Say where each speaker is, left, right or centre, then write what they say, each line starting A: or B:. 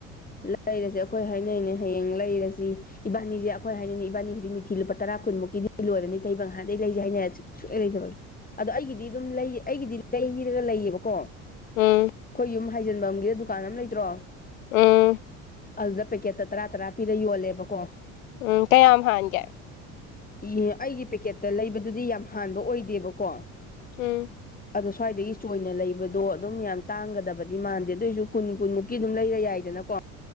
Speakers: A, on the left; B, on the left.
A: ꯂ ꯂꯩꯔꯁꯤ ꯑꯩꯈꯣꯏ ꯍꯥꯏꯅꯩꯅꯦ ꯍꯌꯦꯡ ꯂꯩꯔꯖꯤ ꯏꯕꯥꯅꯤꯖꯦ ꯑꯩꯈꯣꯏ ꯍꯥꯏꯅꯩꯅꯦ ꯏꯕꯥꯅꯤ ꯍꯧꯖꯤꯛ ꯃꯤꯊꯤ ꯂꯨꯄꯥ ꯇꯔꯥ ꯀꯨꯟꯃꯨꯛꯀꯤꯗꯤ ꯂꯣꯏꯔꯅꯤ ꯇꯩꯕ ꯅꯍꯥꯟꯗꯩ ꯂꯩꯖꯦ ꯍꯥꯏꯅꯔ ꯁꯨ ꯁꯨꯛꯂꯩ ꯂꯩꯗꯕꯒꯤ ꯑꯗꯣ ꯑꯩꯒꯤꯗꯤ ꯑꯗꯨꯝ ꯂꯩ ꯑꯩꯒꯤꯗꯤ ꯂꯩꯔꯒ ꯂꯩꯌꯦꯕꯀꯣ
B: ꯎꯝ
A: ꯈꯣꯏ ꯌꯨꯝ ꯍꯥꯏꯖꯟꯕꯝꯒꯤꯗ ꯗꯨꯀꯥꯟ ꯑꯃ ꯂꯩꯇ꯭ꯔꯣ?
B: ꯎꯝ
A: ꯑꯗꯨꯗ ꯄꯦꯀꯦꯠꯇ ꯇꯔꯥ ꯇꯔꯥ ꯄꯤꯔ ꯌꯣꯜꯂꯦꯕꯀꯣ꯫
B: ꯎꯝ ꯀꯌꯥꯝ ꯍꯥꯟꯒꯦ?
A: ꯏꯑꯦ ꯑꯩꯒꯤ ꯄꯦꯛꯀꯦꯠꯇ ꯂꯩꯕꯗꯨꯗꯤ ꯌꯥꯝ ꯍꯥꯟꯕ ꯑꯣꯏꯗꯦꯕꯀꯣ꯫
B: ꯎꯝ
A: ꯑꯗꯣ ꯁ꯭ꯋꯥꯏꯗꯒꯤ ꯆꯣꯏꯅ ꯂꯩꯕꯗꯣ ꯑꯗꯨꯝ ꯌꯥꯝ ꯇꯥꯡꯒꯗꯕꯗꯤ ꯃꯥꯟꯗꯦ ꯑꯗꯨꯏꯁꯨ ꯀꯨꯟ ꯀꯨꯟꯃꯨꯛꯀꯤ ꯑꯗꯨꯝ ꯂꯩꯔ ꯌꯥꯏꯗꯅꯀꯣ꯫